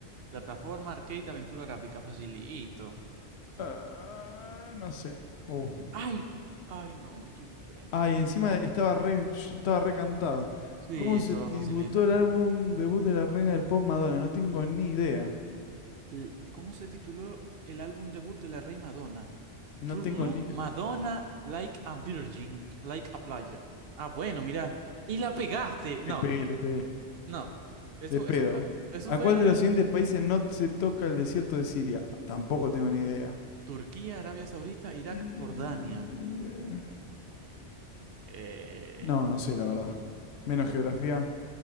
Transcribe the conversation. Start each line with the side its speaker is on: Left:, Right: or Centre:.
Right: Plataforma, arcade, aventura gráfica, facilito.
Left: Ah, no sé. Oh.
Right: Ay, ay, no, me equivoqué.
Left: Ah, y encima estaba re, yo estaba recantado.
Right: Sí,
Left: ¿Cómo
Right: esto
Left: se tributó
Right: va facilita.
Left: el álbum debut de la reina del pop Madonna? No tengo ni idea.
Right: L- ¿Cómo se tituló el álbum debut de la Rey Madonna?
Left: No
Right: True
Left: tengo
Right: Blue,
Left: ni idea.
Right: Madonna, Like a Virgin, Like a Player. Ah, bueno, mira. Y la pegaste. No,
Left: Le pegué, le pegué.
Right: no. Eso,
Left: De pedo.
Right: eso fue, eso
Left: ¿A
Right: fue
Left: cuál de los siguientes países no se toca el desierto de Siria? Tampoco tengo ni idea.
Right: Turquía, Arabia Saudita, Irak,
Left: Eh,
Right: Jordania. Eh,
Left: No, no sé, la verdad. Menos geografía.